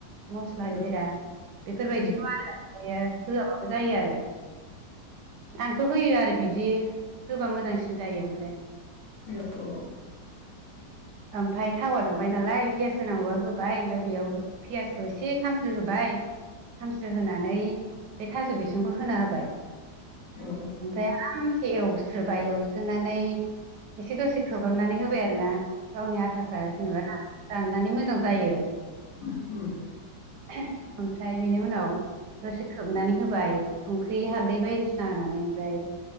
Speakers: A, on the right; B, on the left.
A: मस्ला
B: औ
A: जिरा बेफोरबायदिखौ
B: उम
A: आरो ओमफ्रायो होआबाबो जायो आरो। आंथ' होयो आरो बिदि होबा मोजांसिन जायो ओमफ्राय
B: औ
A: ओमफाय थावा दुंबाय नालाय पियास होनांगौबा होबाय ओमफाय बेयाव पियासखौ एसे खामस्रो होबाय। खामस्रो होनानै बे थास' बिसंखौ होना होबाय।
B: औ उम
A: ओमफाय आरामसे एव स्रोबाय एवस्रोनानै एसे दसे खोबाबनानै होबाय आरो ना गावनि आथाफ्रा जेनेबा रान-राननानै मोजां जायो।
B: <unintelligible> उम
A: <unintelligible> ओमफ्राय बिनि उनाव दसे खोबनानै होबाय संख्रि हालदै बायदिसिना होनानै ओमफ्राय।